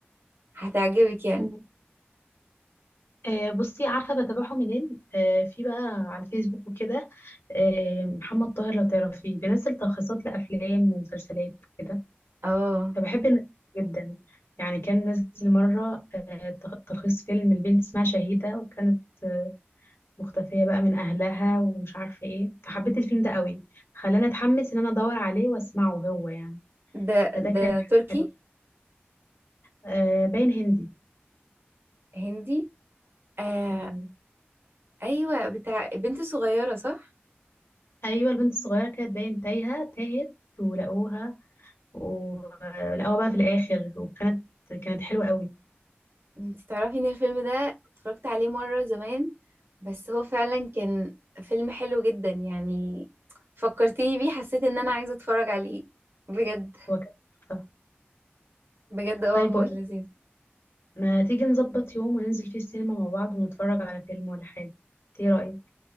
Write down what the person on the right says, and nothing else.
هتعجبك يعني
اه
ده
ده
تركي
هندي آه
ايوه بتاع بنت صغيره صح
انت تعرفي ان الفيلم ده اتفرجت عليه مره زمان بس هو فعلا كان فيلم حلو جدا يعني فكرتيني بيه حسيت ان انا عايزه اتفرج عليه بجد
بجد اه
هو
لذيذ